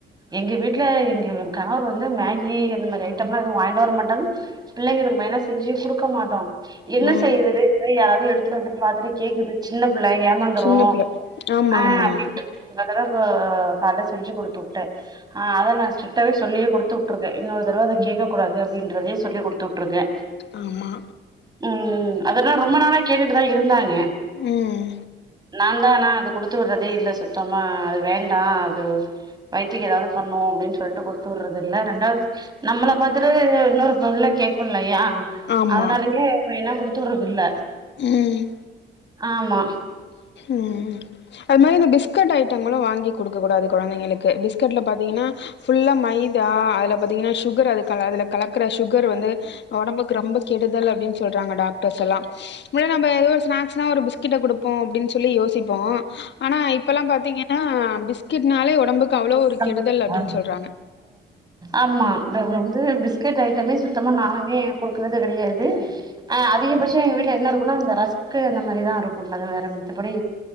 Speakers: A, on the right; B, on the left.
A: எங்க வீட்ல எங்க கணவர் வந்து மேகி இந்த மாரி ஐட்டம்லா எதுவு வாங்கிட்டு வர மாட்டாரு பிள்ளைங்களுக்கு மெய்னா செஞ்சுயு குடுக்க மாட்டோ என்ன
B: ம்
A: செய்யறது இந்த மாரி யாராவது எடுத்துட்டு வந்தது பாத்துட்டு கேக்கது சின்ன புள்ள ஏமாந்துரு
B: சின்ன பிள்ள ஆமா
A: ஆ
B: ஆமா
A: அப்டின்ற அதால இப்ப கால்ல செஞ்சு குடுத்து வுட்டே ஆ அத நா ஸ்ரிக்டாவே சொல்லியே குடுத்து வுட்டு இருக்கே இன்னொரு தடவ கேட்கக் கூடாது அப்டின்றதே சொல்லி குடுத்து விட்டுருக்கே
B: ஆமா
A: ம் அதெல்லா ரொம்ப நாளா கேட்டுட்டுதா இருந்தாங்க
B: ம்
A: நா தா ஆனா அது குடுத்து விட்றதே இல்ல சுத்தமா அது வேண்டா அது வயித்துக்கு எதாவது பண்ணு அப்டின்னு சொல்ட்டு குடுத்து விட்றது இல்ல ரெண்டாவது நம்மள பாத்துட்டு இன்னொரு புள்ள கேக்கும்ல்லயா
B: ஆமா
A: அதனாலயே இப்டி எல்லா குடுத்து விட்றது இல்ல
B: ம்
A: ஆமா
B: ம் அது மாரி இந்த பிஸ்கட் ஐட்டங்களு வாங்கி குடுக்க கூடாது கொழந்தைங்களுக்கு பிஸ்கட்ல பாத்தீங்கன்னா ஃபுல்லா மைதா அதுல பாத்தீங்கன்னா சுகர் அதுக் கல அதுல கலக்குற சுகர் வந்து ஒடம்புக்கு ரொம்ப கெடுதல் அப்டின்னு சொல்றாங்க டாக்டர்ஸ் எல்லா நம்ம ஏதோ ஒரு ஸ்நாக்ஸ்னா ஒரு பிஸ் கட்ட குடுப்போ அப்டின்னு சொல்லி யோசிப்போ ஆனா இப்பெல்லா பாத்தீங்கன்னா பிஸ் பிஸ்கெட்னாளே ஒடம்புக்கு அவ்ளோ ஒரு
A: <unintelligible> <unintelligible>
B: கெடுதல் அப்டின்னு சொல்றாங்க
A: ஆமா <unintelligible> வந்து பிஸ்கட் ஐட்டமே சுத்தமா நானுமே குடுக்கறது கெடையாது ஆ அதிகபட்சோ எங்க வீட்ல என்ன இருக்குனா அந்த ரஸ்க்கு அந்த மாரிதா இருக்கு வேற மத்தபடி